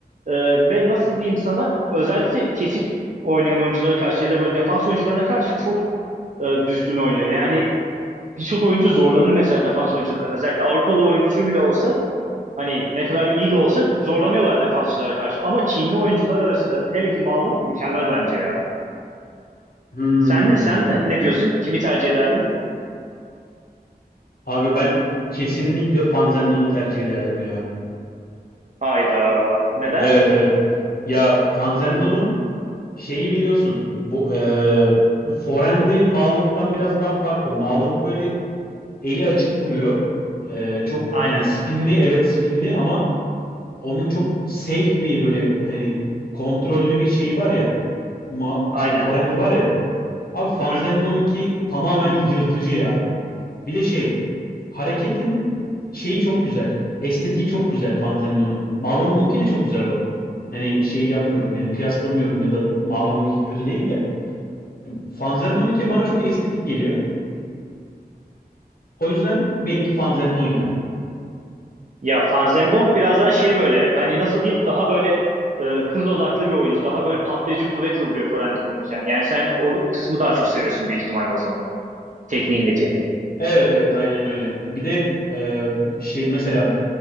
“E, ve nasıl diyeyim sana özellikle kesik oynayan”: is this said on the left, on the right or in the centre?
Right